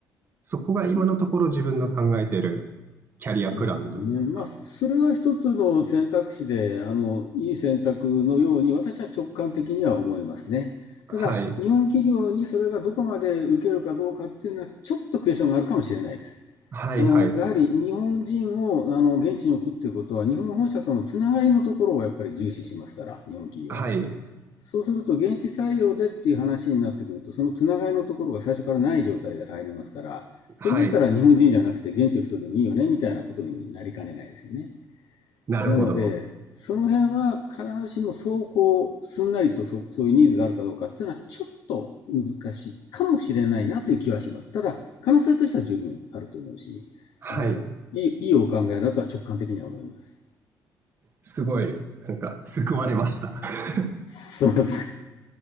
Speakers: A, on the right (about 35°); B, on the left (about 70°).
A: そこが今のところ自分の考えているキャリアプランといいますか。
B: なるほどね。まあ、それは一つの選択肢で、あの、いい選択のように私は直感的には思いますね。
A: はい。
B: ただ、日本企業にそれがどこまで受けるかどうかっていうのは、ちょっとクエスチョンがあるかもしれないです。
A: はいはい。
B: あの、やはり日本人を、あの、現地に置くっていうことは、日本本社とのつながりのところをやっぱり重視しますから、日本企業は。
A: はい。
B: そうすると、現地採用でっていう話になってくると、そのつながりのところが最初からない状態で入りますから、それだったら日本人じゃなくて現地の人でもいいよね、
A: はい。
B: みたいなことになりかねないですよね。
A: なるほど。
B: なので、その辺は必ずしもそうこう、すんなりとそ、そういうニーズがあるかどうかっていうのはちょっと難しいかもしれないなという気はします。ただ、可能性としては十分あると思うし、
A: はい。
B: あの、いい、いいお考えだとは直感的には思います。
A: すごい、なんか、救われました。<laughs>
B: そうですか。